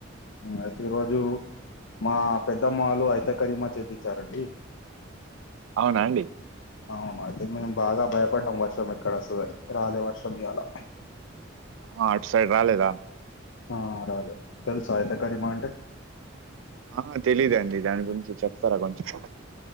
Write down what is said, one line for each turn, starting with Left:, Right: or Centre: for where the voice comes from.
Left: అయితే ఈ రోజు మా పెద్దమ్మ వాళ్లు అఐతే కలీమా చేపించారండి
Right: అవునా అండి
Left: అవును అయితే మేము బాగా భయపడ్డాం వర్షం ఎక్కడ వస్తుందొ అని రాలే వర్షం ఇయలా
Right: ఆ అట్ సైడ్ రాలేదా
Left: ఆ రాలే తెలుస అయితే కలీమ అంటే
Right: ఆ తెలీదాండి దాని గురించి చెప్తారా కొంచెం